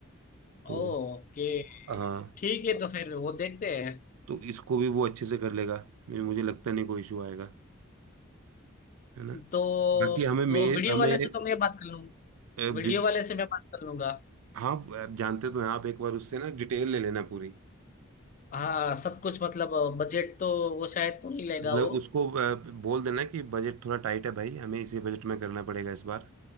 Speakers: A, on the right; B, on the left.
A: तो
B: ओके
A: हाँ
B: ठीक है तो फिर वो देखते हैं
A: तो इसको भी वो अच्छे से कर लेगा मुझे मुझे लगता नहीं कोई इशू आएगा है ना
B: तो
A: बाकी हमें
B: वो
A: मे
B: वीडियो
A: हमें
B: वाले से तो मैं बात कर लूँ
A: अ,
B: वीडियो
A: वि-
B: वाले से मैं बात कर लूंगा
A: हाँ आप जानते तो हैं आप एक बार उससे ना डिटेल ले लेना पूरी
B: हाँ सब कुछ मतलब बजट तो वो शायद तो नहीं लेगा
A: मतलब
B: वो
A: उसको अ, बोल देना कि बजट थोड़ा टाइट है भाई हमें इसी बजट में करना पड़ेगा इस बार